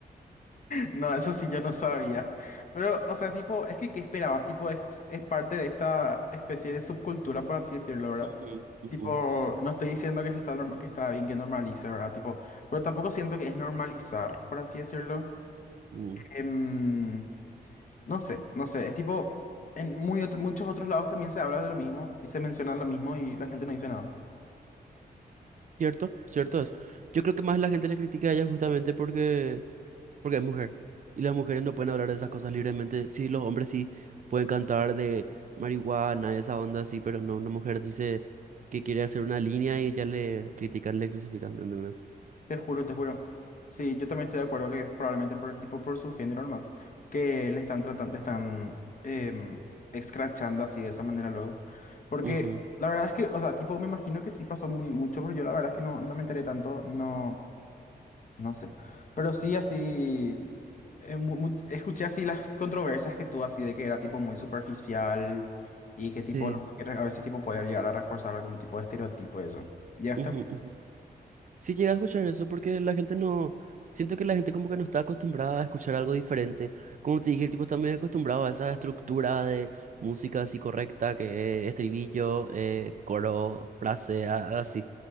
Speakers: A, on the left (about 50°); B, on the right (about 50°).
A: No, eso sí yo no sabía. Pero, o sea, tipo, es que ¿qué esperabas? Tipo, es, es parte de esta especie de subcultura, por así decirlo, ¿verdad?
B: Ujú, ujú,
A: Tipo, no estoy diciendo que se está, norm- que está bien que normalice, ¿verdad? Tipo, pero tampoco siento que es normalizar, por así decirlo.
B: mm.
A: Em, no sé, no sé. Es tipo, en muy otro- muchos otros lados también se habla de lo mismo y se menciona lo mismo y la gente no dice nada.
B: Cierto, cierto es. Yo creo que más la gente le critica a ella justamente porque porque es mujer. Y las mujeres no pueden hablar de esas cosas libremente. Sí, los hombres sí pueden cantar de marihuana, esa onda así, pero no, una mujer dice que quiere hacer una línea y ya le critican, le crucifican, ¿entendés?
A: Te juro, te juro. Sí, yo también estoy de acuerdo que es probablemente por el tipo, por su género nomás, que le están tratando, le están em, escrachando así de esa manera luego. Porque
B: Ujú,
A: la verdad es que, o sea, tipo, me imagino que sí pasó muy mucho, pero yo la verdad es que no, no me enteré tanto, no, no sé. Pero sí así, eh, mu- mu- escuché así las controversias que tú así de que era tipo muy superficial y que tipo,
B: Sí.
A: no sé, que a veces tipo poder llegar a reforzar algún tipo de estereotipo y eso. ¿Ya
B: ujú, ujú. Sí llegué a escuchar eso porque la gente no, siento que la gente como que no está acostumbrada a escuchar algo diferente. Como te dije, el tipo está muy acostumbrado a esa estructura de música así correcta, que es estribillo, eh, coro, frase, a- así.